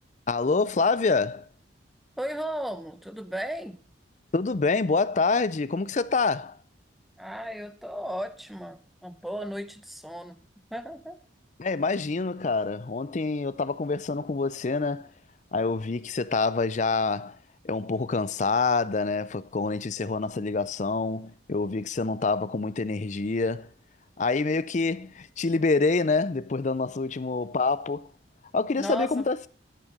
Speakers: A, on the left (about 40°); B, in the centre.
A: Alô, Flávia?
B: Oi, Rômulo, tudo bem?
A: Tudo bem? Boa tarde. Como que você tá?
B: Ah, eu tô ótima. Uma boa noite de sono. <laughs>
A: É, imagino, cara. Ontem eu tava conversando com você, né? Aí eu vi que você tava já é um pouco cansada, né? Foi quando a gente encerrou a nossa ligação, eu vi que você não tava com muita energia. Aí meio que te liberei, né? Depois do nosso último papo. Aí eu queria
B: Nossa,
A: saber como tá.